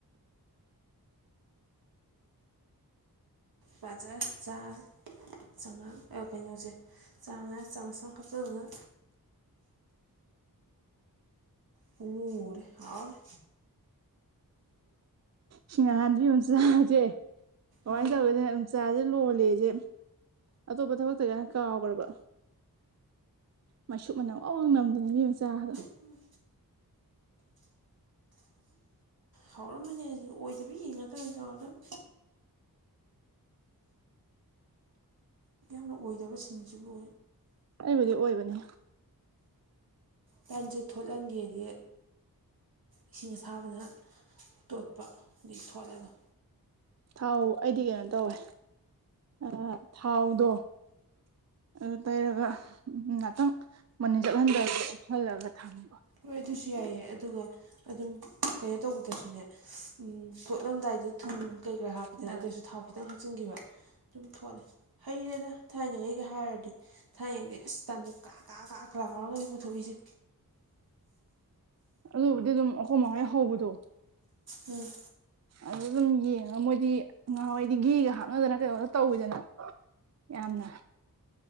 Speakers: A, on the right; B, on the right.
A: ꯄꯖꯁ ꯆꯥꯔꯖꯦ ꯆꯥꯉꯥꯡ ꯑ ꯀꯩꯅꯣꯖꯦ ꯆꯥꯝꯃꯅꯥ ꯆꯥꯝꯃꯁ ꯑꯝ ꯍꯥꯞꯆꯤꯜꯂꯨꯗ ꯄꯨꯡꯃꯨ ꯃꯨꯔꯦ ꯍꯥꯎꯔꯅꯤ
B: ꯁꯤꯡ ꯉꯍꯥꯟꯗꯤ ꯑꯨꯝ ꯆꯥꯖꯦ ꯀꯃꯥꯏꯅ
A: ꯎꯝ
B: ꯇꯧꯒꯦꯗꯅꯦ ꯑꯗꯨꯝ ꯆꯥꯖꯦ ꯂꯣꯜꯂꯦꯖꯦ ꯑꯇꯣꯞꯄ ꯊꯕꯛ ꯇꯧꯔꯤꯀꯥꯟꯗ ꯀꯥꯎꯒ꯭ꯔꯕ ꯃꯥꯏꯁꯨꯨꯞ ꯃꯅꯝ ꯋꯥꯡ ꯋꯥꯡ ꯅꯝꯗꯅ ꯏꯕꯦꯝꯃꯥ ꯆꯥꯗꯣ
A: ꯎꯝ ꯍꯥꯎꯔꯝꯃꯥꯅꯤ ꯑꯗꯨꯗꯤ ꯑꯣꯏꯗꯕꯤ ꯉꯥꯛꯇ ꯑꯣꯏꯅ ꯇꯧꯔꯗꯅ ꯅꯪꯅ ꯑꯣꯏꯗꯕ ꯁꯤꯡꯖꯤꯕꯨ
B: ꯑꯩꯕꯨꯗꯤ ꯑꯣꯏꯕꯅꯦ
A: ꯇꯟꯖꯦ ꯊꯣꯠꯍꯜꯒꯦꯗꯤ ꯏꯁꯤꯡ ꯑꯁꯥꯕꯅ ꯇꯣꯠꯄ ꯑꯗꯣꯏ ꯊꯣꯠꯂꯒꯗꯧꯅꯤ
B: ꯊꯥꯎ ꯑꯩꯗꯤ ꯀꯩꯅꯣ ꯇꯧꯋꯦ ꯑ ꯊꯥꯎꯗꯣ ꯑꯗꯨ ꯇꯩꯔꯒ ꯉꯥꯛꯇꯪ ꯃꯅꯤꯟ ꯆꯠꯍꯟꯗꯕꯤꯗ ꯎꯨꯞꯁꯤꯜꯂꯒ ꯊꯝꯕ
A: ꯍꯣꯏ ꯑꯗꯨꯁꯨ ꯌꯥꯏꯌꯦ ꯑꯗꯨꯒ ꯑꯗꯨꯝ ꯀꯩꯅꯣ ꯇꯧꯕꯗꯁꯨꯅꯦ ꯎꯝ ꯇꯣꯠꯂꯝꯗꯥꯏꯗ ꯊꯨꯝ ꯀꯩ ꯀꯔꯥ ꯍꯥꯞꯄꯤꯗꯅ
B: ꯍꯣꯏ
A: ꯑꯗꯣꯏꯁꯨ ꯊꯥꯎ ꯈꯤꯇꯪ ꯍꯥꯞꯆꯤꯟꯈꯤꯕ ꯑꯗꯨꯝ ꯊꯣꯠꯂꯦ ꯍꯩꯔꯦꯗ ꯊꯥꯏꯅꯉꯩꯒ ꯍꯥꯏꯔꯗꯤ ꯊꯥꯏꯅꯗꯤ ꯑꯁ ꯇꯟꯖꯦ ꯀꯥꯛ ꯀꯥꯛ ꯀꯥꯛ ꯂꯥꯎꯔꯒꯅꯤ ꯄꯨꯊꯣꯛꯏꯖꯦ
B: ꯑꯗꯨꯕꯨꯗꯤ ꯑꯗꯨꯝ ꯑꯈꯣꯏ ꯃꯥꯍꯣꯏ ꯍꯧꯕꯗꯣ
A: ꯎꯝ
B: ꯑꯗꯗꯨꯝ ꯌꯦꯡꯉꯒ ꯃꯣꯏꯗꯤ ꯉꯍꯥꯋꯥꯏꯗꯤ ꯘꯤꯒ ꯍꯥꯞꯅꯗꯅ ꯀꯩꯗꯧꯗꯅ ꯇꯧꯋꯤꯗꯅ ꯌꯥꯝꯅ꯫